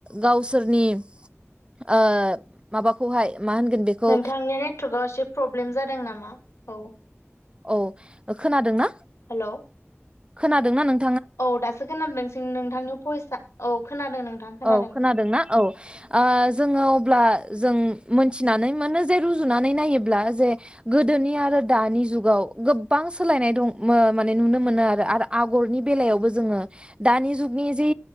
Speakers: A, on the right; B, on the left.
A: गावसोरनि ओ माबाखौहाय मा होनगोन बेखौ
B: नोंथांनि नेटवारका एसे प्रब्लेम जादों नामा औ
A: औ खोनादों ना
B: हेलौ
A: खोनादों ना नों
B: औ दासो खोनादों नोंसो नोंथांनि भयिसा औ खोनादों नोंथां खोनादों।
A: औ खोनादोंना औ ओ जोङो अब्ला जों मोनथिनानै मोनो जे रुजुनानै नायोब्ला जे गोदोनि आरो दानि जुगाव गोबां सोलायनाय दं मो-माने नुनो मोनो आरो आरो आगरनि बेलायावबो जोङो दानि जुगनि जे